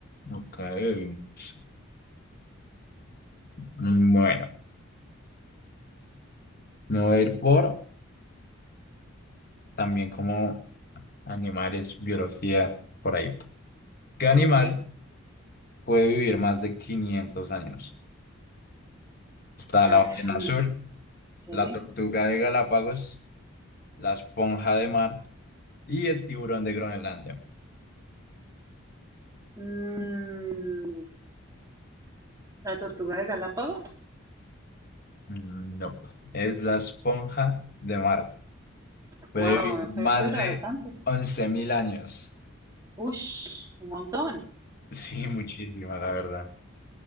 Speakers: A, on the left; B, on the right.
A: Ok. <laughs> Mm, Bueno, me voy a ir por también como Animales, biología, por ahí. ¿Qué animal
B: Ok.
A: puede vivir más de 500 años? Está
B: Ah,
A: la ballena
B: un-
A: azul,
B: sí.
A: la tortuga de Galápagos, la esponja de mar y el tiburón de Groenlandia.
B: Mm, la tortuga de Galápagos.
A: Mm, No, es la esponja de mar. Puede
B: Wow,
A: vivir
B: no sabía
A: más
B: que duraba
A: de
B: tanto.
A: 11.000 años. <laughs>
B: Ush, un montón.
A: Sí, muchísimo, la verdad.